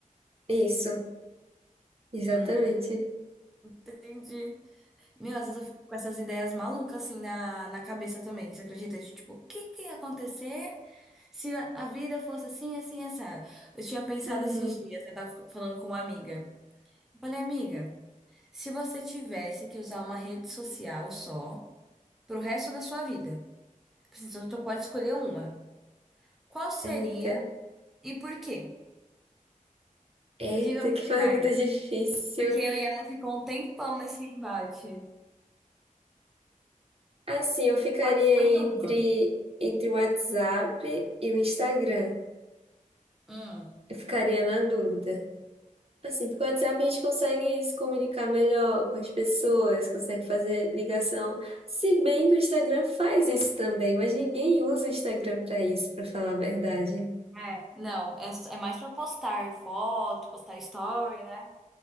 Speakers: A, on the right; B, in the centre.
A: Isso, exatamente.
B: Hum, entendi. Meu, às vezes eu fico com essas ideias malucas assim na, na cabeça também. Você acredita? De, tipo, o que que ia acontecer se a a vida fosse assim, assim, assado? Eu tinha pensado
A: Uhum.
B: esses dias, né? Tava f- falando com uma amiga. Eu falei, amiga, se você tivesse que usar uma rede social só pro resto da sua vida, assim, você só só pode escolher uma. Qual seria
A: Eita,
B: e por quê?
A: eita,
B: Me diga você,
A: que <laughs> pergunta
B: vai.
A: difícil.
B: Porque eu e ela ficou um tempão nesse embate.
A: Assim, eu ficaria
B: Pode escolher uma.
A: entre, entre o WhatsApp e o Instagram.
B: Hum.
A: Eu ficaria na dúvida. Assim, porque o WhatsApp a gente consegue se comunicar melhor com as pessoas, consegue fazer ligação. Se bem que o Instagram faz isso também, mas ninguém usa o Instagram para isso, para falar a verdade.
B: É, não, é, s- é mais pra postar foto, postar story, né?